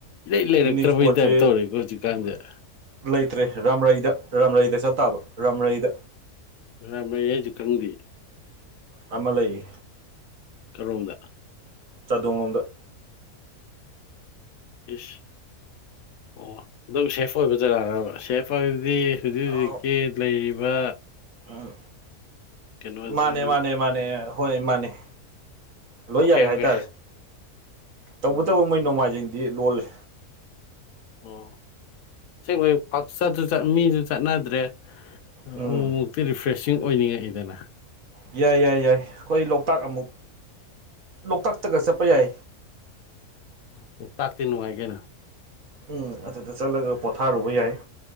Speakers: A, on the left; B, on the right.
A: ꯏꯔꯩ ꯂꯩꯔꯛꯇ꯭ꯔꯕꯩ
B: ꯄꯤꯛꯅꯤꯛ ꯏꯁꯄꯣꯠꯁꯦ
A: ꯇꯥꯏꯞ ꯇꯧꯔꯦꯀꯣ ꯍꯧꯖꯤꯛ <unintelligible>
B: ꯂꯩꯇ꯭ꯔꯦ ꯔꯥꯝꯔꯩꯗ ꯔꯥꯝꯔꯩꯗ ꯆꯠ ꯇꯥꯕ ꯔꯥꯝꯔꯩꯗ
A: ꯔꯥꯃꯩ <unintelligible> ꯈꯪꯗꯦ
B: ꯑꯃ ꯂꯩ
A: ꯀꯔꯣꯝꯗ
B: ꯆꯥꯗꯣꯡꯂꯣꯝꯗ
A: ꯏꯁ ꯑꯣ ꯑꯗꯨꯝ ꯁꯦꯐ ꯑꯣꯏꯕ ꯖꯒꯥꯔ꯭ꯕ ꯁꯦꯐ ꯑꯣꯏꯕꯗꯤ ꯍꯧꯖꯤꯛ
B: ꯑ
A: ꯍꯧꯖꯤꯛꯀꯤ ꯂꯩꯔꯤꯕ
B: ꯎꯝ
A: ꯀꯩꯅꯣꯁꯤ
B: ꯃꯥꯅꯦ ꯃꯥꯅꯦ ꯃꯥꯅꯦ ꯍꯣꯏ ꯃꯥꯅꯦ ꯂꯣꯏ
A: ꯑꯣꯀꯦ
B: ꯌꯥꯏ
A: ꯑꯣꯀꯦ
B: ꯍꯥꯏꯇꯥꯔꯦ ꯇꯧꯕꯇꯕꯨ
A: ꯑꯣ
B: ꯃꯣꯏ ꯅꯣꯡꯃꯥꯏꯖꯤꯡꯗꯤ ꯂꯣꯜꯂꯤ
A: ꯑꯣ ꯁꯦꯡꯕꯩ ꯄꯥꯛꯆꯠꯁꯨ ꯆꯠ ꯃꯤꯁꯨ ꯆꯠꯅꯗ꯭ꯔꯦ <unintelligible>
B: ꯎꯝ
A: ꯔꯤꯐ꯭ꯔꯦꯁꯤꯡ ꯑꯣꯏꯅꯤꯡꯉꯛꯏꯗꯅ
B: ꯌꯥꯏ ꯌꯥꯏ ꯌꯥꯏ ꯑꯩꯈꯣꯏ ꯂꯣꯛꯇꯥꯛ ꯑꯃꯨꯛ ꯂꯣꯛꯇꯥꯛꯇꯒ ꯆꯠꯄ ꯌꯥꯏ
A: ꯂꯧꯇꯥꯛꯇꯤ ꯅꯨꯡꯉꯥꯏ ꯀꯩꯅꯣ
B: ꯎꯝ ꯑꯗꯨꯗ ꯆꯠꯂꯒ ꯄꯣꯊꯥꯔꯨꯕ ꯌꯥꯏ